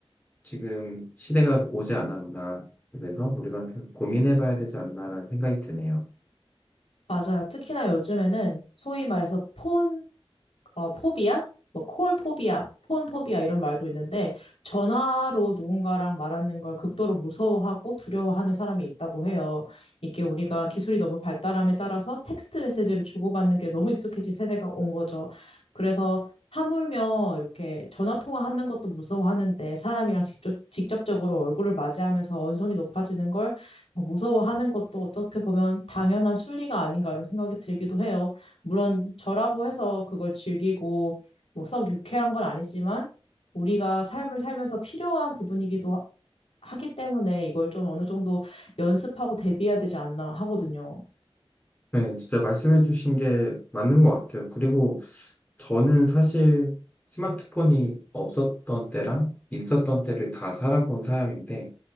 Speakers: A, on the left; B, on the left.
A: 지금 시대가 오지 않았나 그래서 우리가 좀 고민해봐야 되지 않나라는 생각이 드네요.
B: 맞아요. 특히나 요즘에는 소위 말해서 폰 어, 포비아? 뭐, 콜 포비아, 폰 포비아 이런 말도 있는데, 전화로 누군가랑 말하는 걸 극도로 무서워하고 두려워하는 사람이 있다고 해요. 이게 우리가 기술이 너무 발달함에 따라서 텍스트 메시지를 주고받는 게 너무 익숙해진 세대가 온 거죠. 그래서 하물며 이렇게 전화 통화하는 것도 무서워하는데 사람이랑 직접, 직접적으로 얼굴을 맞이하면서 언성이 높아지는 걸 어, 무서워하는 것도 어떻게 보면 당연한 순리가 아닌가 이런 생각이 들기도 해요. 물론 저라고 해서 그걸 즐기고 뭐 썩 유쾌한 건 아니지만 우리가 삶을 살면서 필요한 부분이기도 하- 하기 때문에 이걸 좀 어느 정도 연습하고 대비해야 되지 않나 하거든요.
A: 네, 진짜 말씀해주신 게 맞는 것 같아요. 그리고 저는 사실 스마트폰이 없었던 때랑 있었던 때를 다 살아본 사람인데,